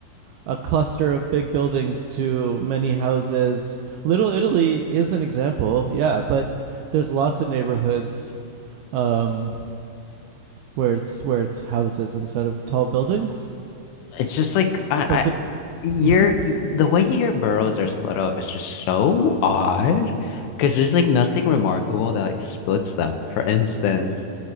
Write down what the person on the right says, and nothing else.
a cluster of big buildings to many houses. Little Italy is an example, yeah, but there's lots of neighborhoods um, where it's where it's houses instead of tall buildings.
But
the
mm-hmm.